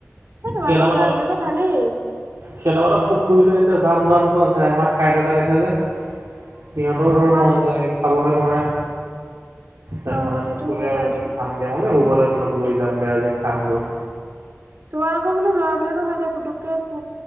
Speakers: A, on the right; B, on the right.
A: এই তোমালোকৰ
B: সিহঁতে মানে
A: ল'ৰা বিলাকৰ ভালেই।
B: সিহঁতে মানে পুখুৰী লৈকে যাম যাম কৈ আছে আমাক খাই থকা দেখে যে। সিহঁতৰো ধৰ
A: তোমাৰ
B: মন যায় খাবহে নোৱাৰে। তাত
A: অ
B: মানে
A: সেইটো
B: মোক ক'লে
A: হয়
B: আৰু
A: বাৰু
B: বোলে
A: দে
B: খাম দিয়া মই বোলো হ'ব দে তহঁতক লৈ যাম দে আজি খাম গৈ।
A: তোমালোকৰ বোলো ল'ৰা বিলাকৰ ভালে পুতুককে পু